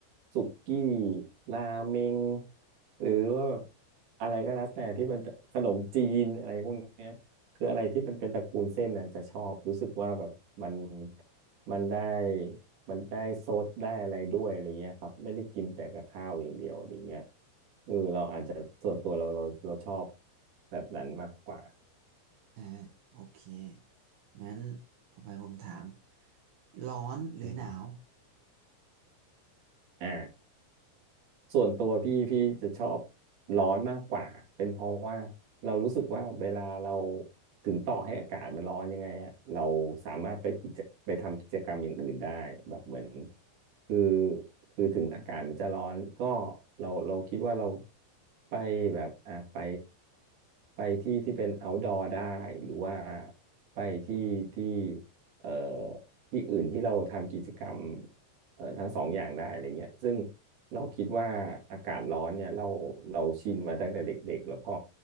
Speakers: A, on the right; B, on the right.
A: สุกี้ราเมงหรือว่าแบบอะไรก็แล้วแต่ที่มันขนมจีนอะไรพวกเนี้ย คืออะไรที่มันเป็นตระกูลเส้นน่ะจะชอบรู้สึกว่าแบบมันมันได้มันได้ซดได้อะไรด้วยอะไรเงี้ยครับไม่ได้กินแต่กับข้าวอย่างเดียวอะไรเงี้ยเออเราอาจจะส่วนตัวเราเราเราชอบแบบนั้นมากกว่า
B: อ่าโอเคงั้นต่อไปผมถามร้อนหรือหนาว
A: อืม <coughs> อ่า ส่วนตัวพี่พี่จะชอบร้อนมากกว่าเป็นเพราะว่าเรารู้สึกว่าเวลาเราถึงต่อให้อากาศมันร้อนยังไงอะเราสามารถไปกิจไปทำกิจกรรมอย่างอื่นได้แบบเหมือนคือคือถึงอากาศมันจะร้อนก็เราเราคิดว่าเราไปแบบอ่ะไปไปที่ที่เป็น outdoor ได้หรือว่าไปที่ที่เอ่อที่อื่นที่เราทำกิจกรรม เอ่อทั้งสองอย่างได้อะไรเงี้ยซึ่งเราคิดว่าอากาศร้อนเนี่ยเราเราชินมาตั้งแต่เด็กๆแล้วก็